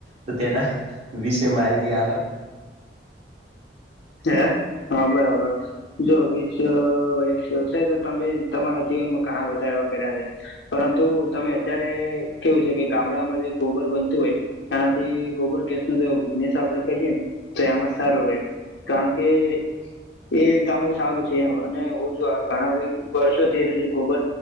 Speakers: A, on the right; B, on the left.
A: તો તેના વિશે માહિતી આાલો
B: હે હા બરાબર જો વીસ વસ વ્યવસાય તો તમે તમારા જીવનમાં ઘણા બધા એવા કર્યા છે પરંતુ તમે અત્યારે કેવું છે કે ગામડામાં જે ગોબર બનતું હોય તાથી ગોબર ગેસ નુ જો બિઝનેસ આપડે કરીએ ને તો એમાં સારો રે કારણ કે એ તમાર સારું છે એમ અને ઓ જો ઘણા બધા વર્ષોથી એ જે ગોબર